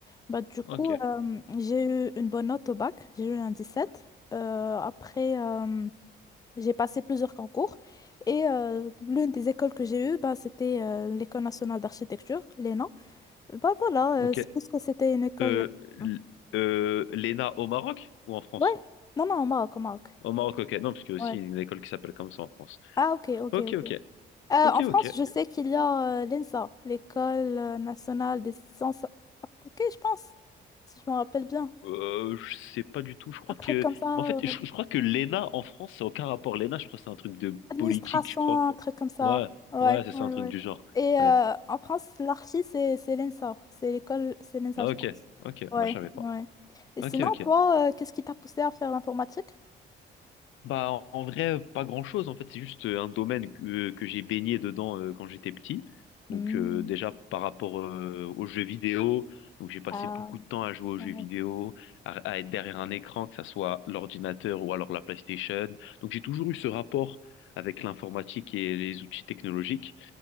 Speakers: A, on the left; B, on the left.
A: Bah, du coup,
B: ok,
A: euh, j'ai eu une bonne note au bac, j'ai eu un 17. Euh, après, euh, j'ai passé plusieurs concours et euh, l'une des écoles que j'ai eues, bah, c'était euh, l'École nationale d'architecture, l'ENA. Bah voilà,
B: ok.
A: euh, c'est parce que c'était une école.
B: Euh,
A: hein.
B: l- euh, l'ENA au Maroc ou en France?
A: Ouais, non, non, au Maroc, au Maroc.
B: Au Maroc, ok. Non, parce qu'il y a aussi
A: Ouais.
B: une école qui s'appelle comme ça en France.
A: Ah, ok, ok,
B: Ok,
A: ok.
B: ok,
A: Euh,
B: ok,
A: en France,
B: ok.
A: je sais qu'il y a euh, l'ENSA, l'École euh, nationale des sciences appliquées, je pense, si je me rappelle bien.
B: Euh, je sais pas du tout. Je crois
A: Un truc
B: que,
A: comme ça.
B: en fait, je, je crois que l'ENA en France, ça n'a aucun rapport. L'ENA, je crois que c'est un truc de
A: Administration,
B: politique, je crois.
A: un truc comme ça.
B: Ouais,
A: Ouais,
B: ouais, c'est
A: ouais,
B: ça, un truc
A: ouais.
B: du genre.
A: Et euh,
B: Ouais.
A: en France, l'archi, c'est c'est l'ENSA. C'est l'école, c'est l'ENSA,
B: Ah,
A: je
B: Ok,
A: pense.
B: ok,
A: Ouais,
B: moi je savais pas.
A: ouais. Et
B: Ok,
A: sinon,
B: ok.
A: toi, euh, qu'est-ce qui t'a poussé à faire l'informatique?
B: Bah en, en vrai, euh, pas grand-chose en fait, c'est juste euh, un domaine que, euh, que j'ai baigné dedans euh, quand j'étais petit.
A: Hmm.
B: Donc euh, déjà par rapport euh, aux jeux vidéo, donc j'ai passé
A: Ah,
B: beaucoup de temps à jouer aux jeux
A: ouais.
B: vidéo, à, à être derrière un écran, que ça soit l'ordinateur ou alors la PlayStation. Donc j'ai toujours eu ce rapport avec l'informatique et les outils technologiques.